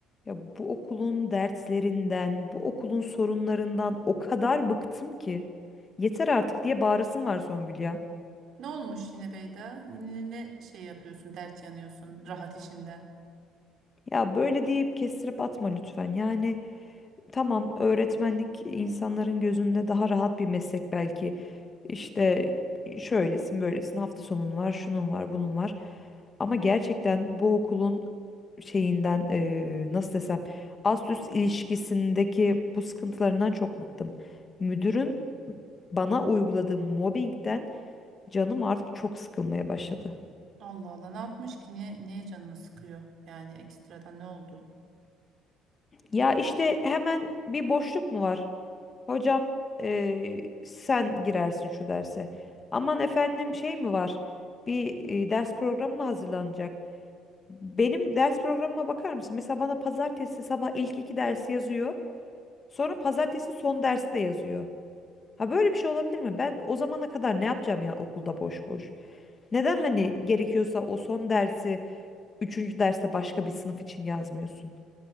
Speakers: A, on the left (about 30°); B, on the right (about 60°).
A: Ya bu okulun derslerinden, bu okulun sorunlarından o kadar bıktım ki. Yeter artık diye bağırasım var Songül ya.
B: Ne olmuş yine Beyda? Yine ne şey yapıyorsun, dert yanıyorsun rahat işinden?
A: Ya böyle deyip kestirip atma lütfen. Yani tamam öğretmenlik insanların gözünde daha rahat bir meslek belki. İşte şöylesin, böylesin, hafta sonun var, şunun var, bunun var. Ama gerçekten bu okulun şeyinden eee, nasıl desem ast üst ilişkisindeki bu sıkıntılarından çok bıktım. Müdürün Bana uyguladığı mobbingden canım artık çok sıkılmaya başladı.
B: Allah Allah ne yapmış ki? Niye, niye canını sıkıyor? Yani ekstradan ne oldu?
A: Ya işte hemen bir boşluk mu var? Hocam eee, sen girersin şu derse. Aman efendim şey mi var? Bir e, ders programı mı hazırlanacak? Benim ders programıma bakar mısın? Mesela bana pazartesi sabah ilk iki dersi yazıyor. Sonra pazartesi son dersi de yazıyor. Ha böyle bir şey olabilir mi? Ben o zamana kadar ne yapacağım yani okulda boş boş? Neden hani gerekiyorsa o son dersi Üçüncü derste başka bir sınıf için yazmıyorsun.